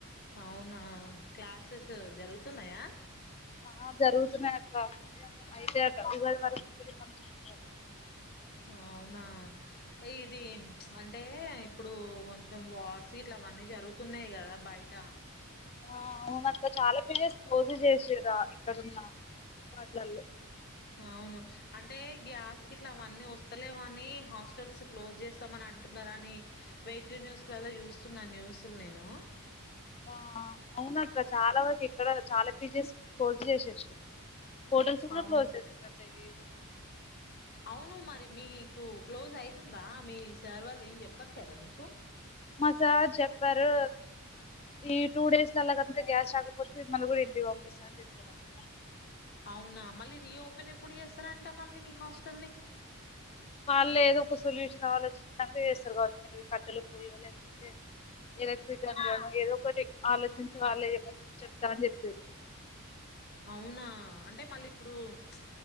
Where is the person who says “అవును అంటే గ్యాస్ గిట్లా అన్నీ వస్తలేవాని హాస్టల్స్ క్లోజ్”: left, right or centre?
Left